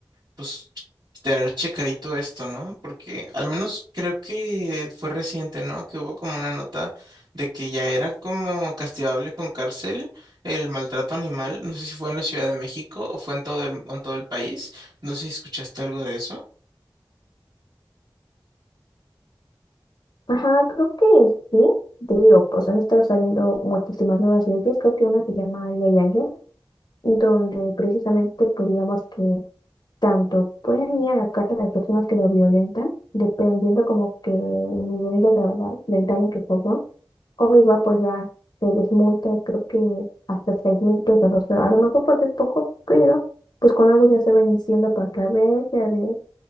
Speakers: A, on the right (about 55°); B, on the left (about 60°).
A: pues tener checadito esto, ¿no? Porque al menos creo que fue reciente, ¿no? Que hubo como una nota de que ya era como castigable con cárcel el maltrato animal. No sé si fue en la Ciudad de México o fue en todo el, en todo el país. No sé si escuchaste algo de eso.
B: ajá, creo que sí, te digo, pues han estado saliendo muchísimas nuevas leyes, creo que una se llama Ley Ángel, donde precisamente, pues digamos que Tanto pueden ir a la carta de las personas que lo violentan, dependiendo como que el nivel de gravedad del daño que causó, o igual pues ya se les multa, creo que hasta seis mil pesos, o sea, a lo mejor pues es poco, pero pues con algo ya se va iniciando para que a ver, ya, ve-